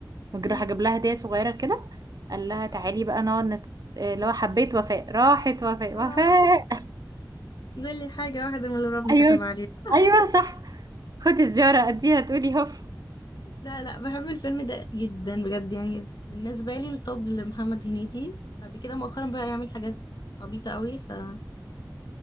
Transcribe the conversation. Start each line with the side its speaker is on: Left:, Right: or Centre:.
Right: وجراح
Left: مم.
Right: جاب لها هديه صغيره كده قال لها تعالي بقى نقعد نت... اللي هو حبيت وفاء راحت وفاء
Left: اه
Right: وفاء
Left: قولي حاجة واحدة من
Right: <laughs>
Left: اللي ربنا
Right: ايوه
Left: كتب علينا <laughs>
Right: ايوه صح خدي سجاره اديها تقولي هف
Left: لا لا بحب الفيلم ده جدا بجد يعني بالنسبة لي الطب لمحمد هنيدي بعد كده مؤخرا بقى يعمل حاجات عبيطة قوي فالأفلام